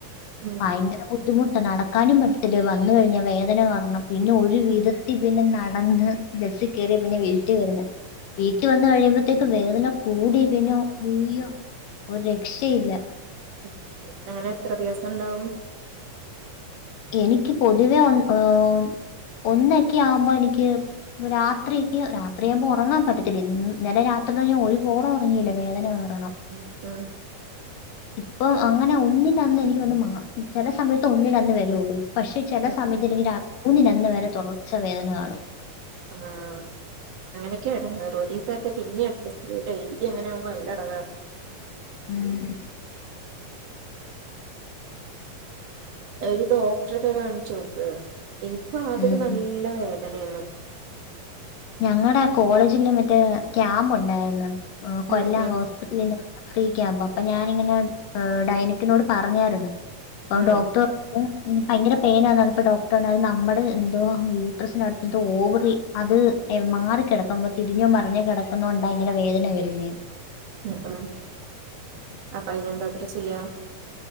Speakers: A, on the right; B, on the left.
A: ഉം
B: ഭയങ്കര ബുദ് ദ്ധിമുട്ട നടക്കാനും പറ്റത്തില്ല വന്ന് കഴിഞ്ഞാ വേദന കാരണം പിന്നെ ഒരു വിധത്തി പിന്നെ നടന്ന് ബസ്സി കേറിയ പിന്നെ വീട്ടീ വരുന്നെ വീട്ടി വന്ന് കഴിയുമ്പത്തേക്കും വേദന കൂടി പിന്നെ ഉയ്യോ ഒരുരക്ഷയില്ല
A: <inaudible> അങ്ങനെ എത്ര ദിവസണ്ടാവും
B: എനിക്ക് പൊതുവെ ഒന്ന് <inaudible> ഒന്നെക്കെയാവുമ്പോ എനിക്ക് രാത്രിക്ക് രാത്രിയാമ്പോ ഒറങ്ങാൻ പറ്റത്തില്ല ഇന്ന് നലെ രാത്രി ഞാ ഒരുപോള ഒറങ്ങീല വേദന കാർ
A: ഉം ഉം
B: ഇപ്പൊ അങ്ങനെ ഒന്നിൻ്റന്നെനിക്ക് വന്ന് മാ ഉം ചെല സമയത്ത് ഒന്നിൻ്റന്ന് വര് <unintelligible> പക്ഷേ ചെല
A: ഉം
B: സമയത്തെനിക്ക്
A: ഉം
B: രാ <inaudible> മൂന്നിൻ്റന്ന് വരെ തൊടർച്ച വേദന കാണും
A: ആഹ് അങ്ങനൊക്കെയാണ് <inaudible> റൊരീസ റ്റെ പിന്നേ അഡ്ജസ്റ്റ് ഡെയിലി അങ്ങനാമ്പോ നല്ലെടങ്ങേ
B: ഏഹ്
A: ഒരു ഡോക്ടറെക്കെ കാണ് ചോക്ക് എനിക്കും ആദ്യക്കെ
B: ഉം.
A: നല്ല വേദ തന്നെ ഒന്നും
B: ഞങ്ങടെ കോളേജില് മറ്റേ ക്യാമ്പ് ഒണ്ടാരുന്നു ആ കൊല്ലം
A: ഉം ഉം
B: ഹോസ്പ്റ്റിലില് ഫ്രീക്കെ ആകുമ്പോ അപ്പൊ ഞാനിങ്ങനെ ഡൈനക്കിനോട് പറഞ്ഞാരുന്നു ആ
A: ഉം
B: ഡോക്ടർ <unintelligible> ഭയങ്കര പെനാന്ന് പ്പൊ ഡോക്ടർ പറഞ്ഞ അത് നമ്മുടെ എന്തോ യൂട്രസിന അടുത്തത്തെ ഓവറി അത് എ മാറിക്കിടക്കുമ്പോ തിരിഞ്ഞോ മറിഞ്ഞോ കിടക്കുന്നൊണ്ടാ ഇങ്ങനെ വേദന വരുന്നേ
A: ആ ആ അപ്പ അയിന് എന്താത്ര ചെയ്യാ